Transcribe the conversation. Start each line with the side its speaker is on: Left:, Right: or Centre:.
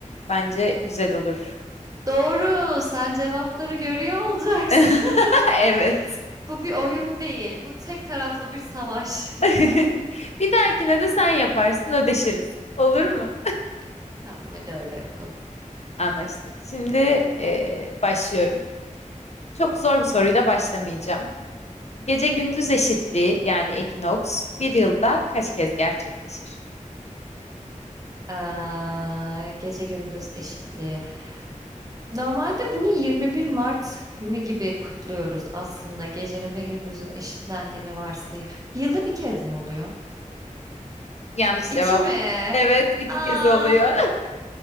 Left: Bence güzel olur.
Right: Doğru, sen cevapları görüyor olacaksın.
Left: <laughs> Evet.
Right: <laughs> Bu bir oyun değil, bu tek taraflı bir savaş.
Left: <laughs> Bir dahakine de sen yaparsın, ödeşiriz. Olur mu?
Right: <laughs> Tamam hadi öyle yapalım.
Left: Anlaştık. Şimdi eee, başlıyorum. Çok zor bir soruyla başlamayacağım. Gece gündüz eşitliği yani ekinoks bir yılda kaç kez gerçekleşir?
Right: Aa, gece gündüz eşitliği. Normalde bunu 21 Mart günü gibi kutluyoruz aslında. Gecenin ve gündüzün eşitlendiğini varsayıyor. Bir yılda bir kez mi oluyor?
Left: Yanlış
Right: İki
Left: cevap.
Right: mi?
Left: Evet, iki
Right: Aa,
Left: kez oluyor.